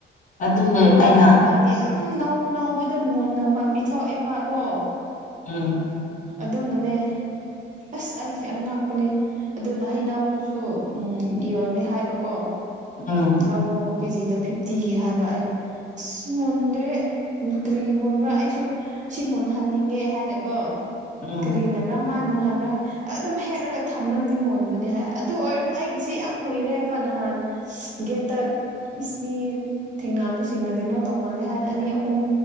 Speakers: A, on the left; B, on the right.
A: ꯑꯗꯨꯒ
B: ꯃꯥ
A: ꯑꯩꯅ
B: ꯌꯥꯝ ꯅꯧ ꯅꯧꯕꯗꯣ ꯃꯨꯟꯅ ꯃ ꯄꯤꯊꯣꯛꯑꯦꯕꯀꯣ
A: ꯎꯝ
B: ꯑꯗꯨꯅꯅꯦ ꯑꯁ ꯑꯩꯁꯦ ꯑꯉꯥꯛꯄꯅꯦ ꯑꯗꯨꯅ ꯍꯩꯅꯧꯗꯨꯁꯨ ꯎꯝ ꯌꯣꯜꯂꯦ ꯍꯥꯏꯕꯀꯣ
A: ꯎꯝ
B: ꯂꯧꯋꯣ ꯀꯦꯖꯤꯗ ꯐꯤꯐꯇꯤꯒꯤ ꯍꯥꯏꯕ ꯑꯩꯅ ꯑꯁ ꯃꯨꯟꯗ꯭ꯔꯦ ꯀ꯭ꯔꯤꯒꯤ ꯃꯨꯟꯕ꯭ꯔꯥ ꯑꯩꯁꯨ ꯁꯤ ꯃꯨꯟꯍꯟꯅꯤꯡꯉꯦ ꯍꯥꯏꯅꯀꯣ
A: ꯎꯝ
B: ꯀꯔꯤꯅ ꯀꯃꯥꯏꯅ ꯃꯨꯟ ꯍꯟꯕ꯭ꯔꯥ ꯑꯗꯨꯝ ꯍꯦꯛꯂꯒ ꯊꯝꯂꯒꯗꯤ ꯃꯨꯟꯕꯅꯤ ꯍꯥꯏ ꯑꯗꯨ ꯑꯣꯏꯔꯁꯨ ꯑꯩꯒꯤꯁꯦ ꯌꯥꯝ ꯀꯨꯏꯔꯦꯕ ꯅꯍꯥꯟ ꯒꯦꯠꯇ ꯃꯤ ꯊꯦꯡꯅꯕꯁꯤꯡꯅ ꯀꯩꯅꯣ ꯇꯧꯃꯜꯂꯦ ꯍꯥꯏꯅ ꯑꯅꯤ ꯑꯍꯨꯝ